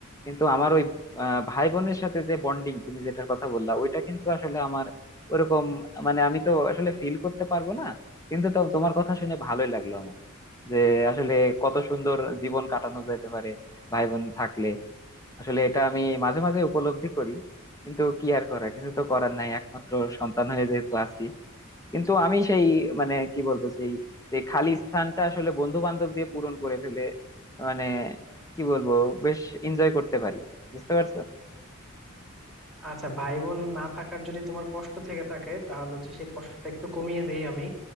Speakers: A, on the left; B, in the centre.
A: কিন্তু আমার ওই আহ, ভাই বোনের সাথে যে বন্ডিং তুমি যেটার কথা বললা ওইটা কিন্তু আসলে আমার ওরকম মানে আমি তো আসলে ফিল করতে পারবো না কিন্তু তাও তোমার কথা শুনে ভালোই লাগলো আমার যে আসলে কত সুন্দর জীবন কাটানো যেতে পারে ভাই বোন থাকলে আসলে এটা আমি মাঝে মাঝে উপলব্ধি করি কিন্তু কি আর করা কিছু তো করার নাই একমাত্র সন্তান হয়ে যেহেতু আছি কিন্তু আমি সেই মানে কি বলবো সেই সেই খালি স্থানটা আসলে বন্ধু বান্ধব দিয়ে পূরণ করে ফেলে মানে কি বলবো বেশ এনজয় করতে পারি বুঝতে পারছো
B: আচ্ছা ভাই বোন না থাকার যদি তোমার কষ্ট থেকে থাকে তাহলে হচ্ছে সেই কষ্টটা একটু কমিয়ে দেই আমি